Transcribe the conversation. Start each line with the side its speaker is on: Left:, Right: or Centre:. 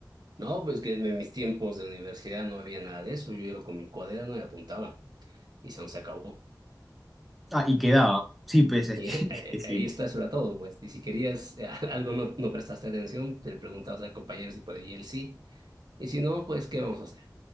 Right: No, pues que en mis tiempos de universidad no había nada de eso. Yo iba con mi cuaderno y apuntaba y se se acabó.
Centre: Ah, y quedaba. Sí, pues es
Right: Y
Centre: que,
Right: eh,
Centre: <laughs> es que sí.
Right: ahí está, eso era todo, pues. Y si querías eh, <laughs> algo, no, no prestaste atención, te preguntabas al compañero si podía y él sí. Y si no, pues, ¿qué vamos a hacer?